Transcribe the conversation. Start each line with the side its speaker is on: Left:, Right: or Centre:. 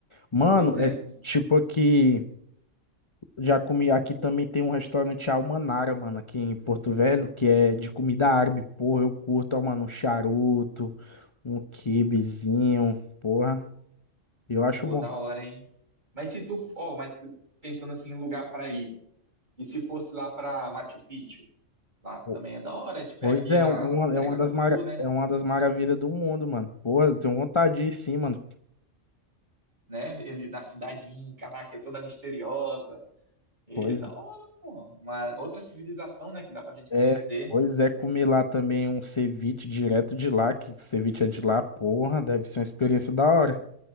Left: Mano,
Right: Pois é,
Left: é
Right: pô.
Left: tipo aqui. Já comi. Aqui também tem um restaurante Almanara, mano, aqui em Porto Velho, que é de comida árabe. Porra, eu curto, ó, mano, um charuto, um quibezinho, porra. Eu acho
Right: Pô,
Left: bom.
Right: da hora, hein? Mas se tu, ó, mas se- pensando assim em lugar para ir, E se fosse lá para Machu Picchu? Lá também
Left: Po-
Right: é da hora, tipo,
Left: Pois
Right: é aqui
Left: é, é
Right: na
Left: um, é uma,
Right: América
Left: é uma das
Right: do Sul,
Left: mara,
Right: né?
Left: é uma das maravilhas do mundo, mano. Porra, eu tenho vontade de ir sim, mano.
Right: Né? E Na cidade Inca lá, que é toda misteriosa. É
Left: Pois.
Right: da hora, pô. Uma outra civilização, né, que dá pra gente
Left: É,
Right: conhecer.
Left: pois é, comer lá também um ceviche direto de lá, que ceviche é de lá, porra, deve ser uma experiência da hora.